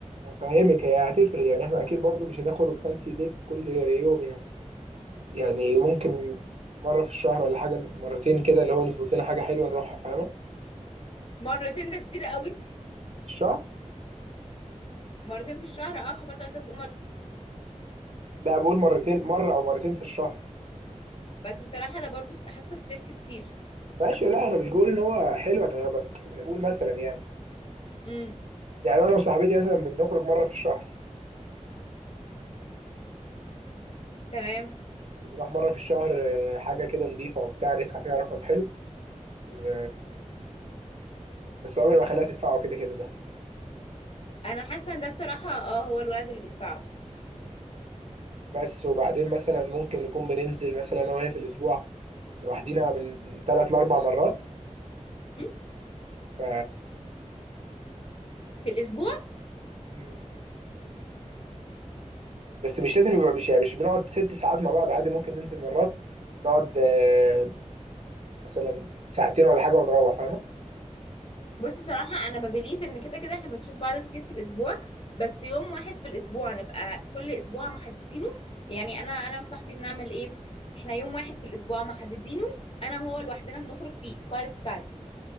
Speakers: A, on the right (about 60°); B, on the left (about 45°).
A: فاهمك هي هتفرق يعني احنا اكيد برضو مش هنخرج فانسي ديت كل يوم يعني يعني ممكن مره في الشهر ولا حاجه مرتين كده اللي هو نظبط لنا حاجه حلوه نروحها فاهمه في
B: مرتين ده كتير قوي
A: الشهر
B: مرتين في الشهر اه افتكرت قصدك تقول مرة.
A: لا بقول مرتين مره او مرتين في الشهر
B: بس الصراحه ده برضو حاسه ستير كتير
A: ماشي لا انا مش بقول ان هو حلو انا ب- انا بقول مثلا يعني
B: امم
A: يعني انا وصاحبتي مثلا بنخرج مره في الشهر
B: تمام
A: بنروح مرة في الشهر آه، حاجة كده نضيفة وبتاع ندفع فيها رقم حلو و... بس عمري ما خليها تدفعه كده كده ده
B: انا حاسه ان ده الصراحه اه هو الولد اللي بيدفعه
A: بس وبعدين مثلا ممكن نكون بننزل مثلا أنا وهي في الأسبوع لوحدينا من تلات لأربع مرات
B: م?
A: ف...
B: في الاسبوع
A: مم. بس مش لازم يبقى مش يعني مش بنقعد ست ساعات مع بعض عادي ممكن ننزل مرات نقعد آه، مثلا ساعتين ولا حاجة ونروح فاهمة؟
B: بصي صراحه انا ببليف ان كده كده احنا بنشوف بعض كتير في الاسبوع بس يوم واحد في الاسبوع نبقى كل اسبوع محددينه يعني انا انا وصاحبي بنعمل ايه احنا يوم واحد في الاسبوع محددينه انا وهو لوحدنا بنخرج فيه كواليتي تايم